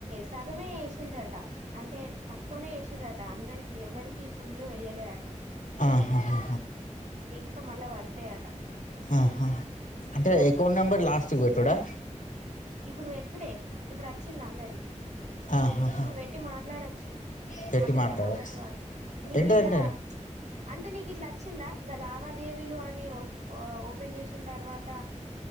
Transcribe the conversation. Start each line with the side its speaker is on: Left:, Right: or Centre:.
Right: సగమే వచ్చిందంట అంటే తక్కువనే ఏసిండ్రంట అందరికి ఎవరి కి పుల్లు వేయలే అంట
Left: ఆహా
Right: ఇంకా మల్ల పడతేయాట
Left: ఆహా అంటే ఎక్కువ నెంబర్ లాస్ట్ పెట్టుడా
Right: ఇప్పుడు పెటుడే ఇప్పుడు అచ్చింది అందరికి
Left: ఆహాహా.
Right: ఇప్పుడు పెట్టి మాట్లాడచ్చు
Left: పెట్టి
Right: మాట్లాడలేం
Left: మాట్లాడచ్చు
Right: మాట్లాడవాలికి నీ
Left: ఏంటి
Right: గిట్ల
Left: అంటే
Right: అంటే నీకు ఇట్లా అచ్చిందా దా లావాదేవీలు అ మీ ఒప్ ఓపెన్ చేషిన్ తర్వాత